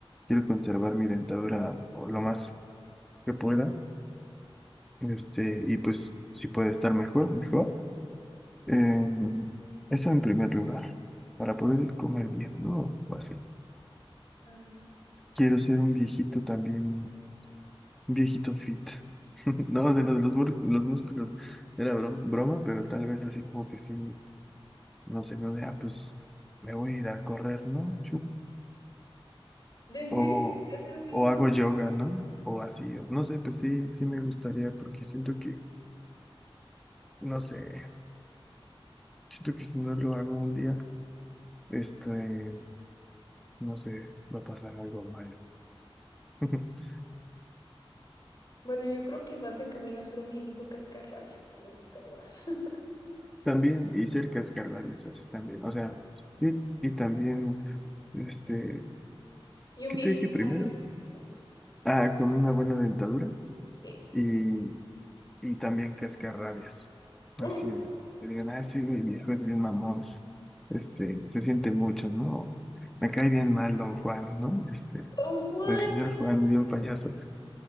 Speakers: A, in the centre; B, on the left (about 45°).
A: Quiero conservar mi dentadura o lo más que pueda. Este, y pues si puede estar mejor, mejor. Em, eso en primer lugar, para poder comer bien, ¿no? O así.
B: Ah,
A: Quiero ser un viejito también, un viejito fit. <laughs> No, de los, los, múr- los músculos era bro- broma, pero tal vez así como que sí, no sé, no de, ah, pues me voy a ir a correr, ¿no?
B: ¿De en
A: O,
B: serio quieres ser un viejito?
A: o hago yoga, ¿no? O así, o no sé, pues sí, sí me gustaría porque siento que, no sé, siento que si no lo hago un día, este, no sé, va a pasar algo malo. <laughs>
B: Bueno, yo creo que vas en camino a ser un viejito cascarrabias. eh, sabrás. <laughs>
A: También hice el cascanueces, así también, o sea, y, y también, este,
B: Y un
A: ¿qué
B: viejito
A: te dije primero?
B: también.
A: Ah, con una buena dentadura
B: sí.
A: y y también cascarrabias.
B: <laughs>
A: Así de, que digan, ah, sí, güey, viejo es bien mamón, este, se siente mucho, ¿no? Me cae bien mal don Juan, ¿no? Este,
B: Don Juan,
A: o el señor Juan, bien payaso.